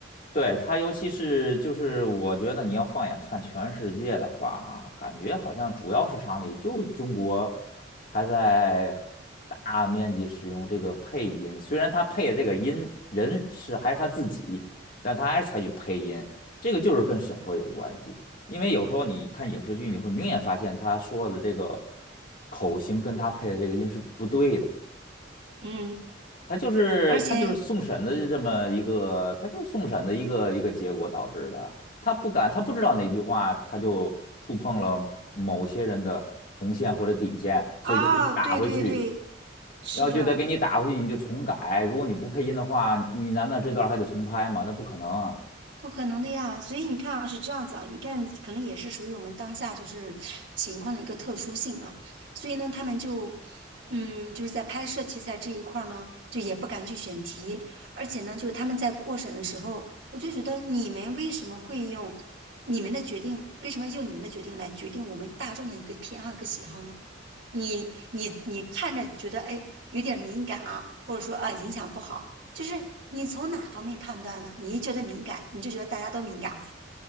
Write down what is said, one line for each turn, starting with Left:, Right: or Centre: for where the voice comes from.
Left: 对，它尤其是就是我觉得你要放眼看全世界的话，感觉好像主要市场里就中国还在大面积使用这个配音，虽然他配的这个音人是还是他自己，但他还是采取配音，这个就是跟审核有关系。因为有时候你看影视剧，你会明显发现他说的这个口型跟他配的这个音是不对的。
Right: 嗯，
Left: 他就是他就是送审的这么一个，
Right: 而且，嗯，
Left: 他就是送审的一个一个结果导致的。他不敢，他不知道哪句话，他就触碰了某些人的红线或者底线，所以就给你打回去，
Right: 啊，对对对，是的。
Left: 然后就得给你打回去，你就重改。如果你不配音的话，你难道这段还得重拍吗？那不可能啊！
Right: 不可能的呀，所以你看啊，是这样子啊，你看可能也是属于我们当下就是情况的一个特殊性啊，所以呢，他们就，嗯，就是在拍摄题材这一块儿呢，就也不敢去选题，而且呢，就是他们在过审的时候，我就觉得你们为什么会用你们的决定，为什么用你们的决定来决定我们大众的一个偏好、一个喜好呢？你你你看着觉得哎有点敏感啊，或者说啊影响不好，就是你从哪方面判断呢？你一觉得敏感，你就觉得大家都敏感，